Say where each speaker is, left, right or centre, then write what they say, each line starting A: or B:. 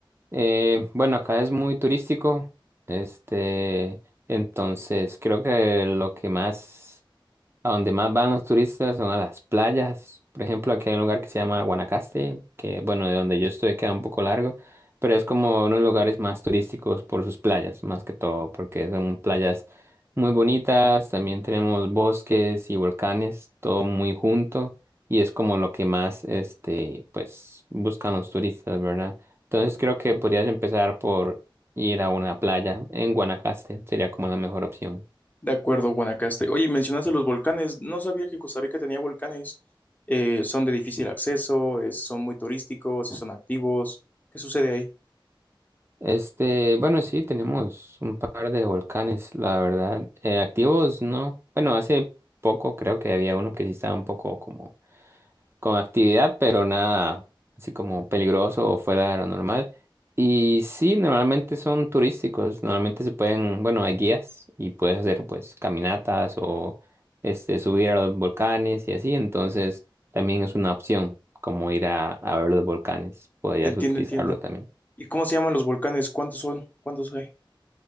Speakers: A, on the right (about 30°); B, on the left (about 20°).
A: Eh, bueno, acá es muy turístico, este, entonces creo que lo que más a donde más van los turistas son a las playas. Por ejemplo, aquí hay un lugar que se llama Guanacaste, que bueno, de donde yo estoy queda un poco largo, pero es como uno de los lugares más turísticos por sus playas, más que todo, porque son playas muy bonitas, también tenemos bosques y volcanes, todo muy junto, y es como lo que más, este, pues, buscan los turistas, ¿verdad? Entonces creo que podrías empezar por ir a una playa en Guanacaste, sería como la mejor opción.
B: De acuerdo, Guanacaste. Oye, mencionaste los volcanes, no sabía que Costa Rica tenía volcanes. Eh, son de difícil acceso, es- son muy turísticos, son activos. ¿Qué sucede ahí?
A: Este, bueno, sí, tenemos un par de volcanes, la verdad. Eh, activos, no. Bueno, hace poco creo que había uno que sí estaba un poco como con actividad, pero nada así como peligroso o fuera de lo normal. Y sí, normalmente son turísticos, normalmente se pueden, bueno, hay guías y puedes hacer pues caminatas o este subir a los volcanes y así, entonces también es una opción como ir a, a ver los volcanes, podrías
B: Entiendo,
A: utilizarlo
B: entiendo.
A: también.
B: ¿Y cómo se llaman los volcanes? ¿Cuántos son? ¿Cuántos hay?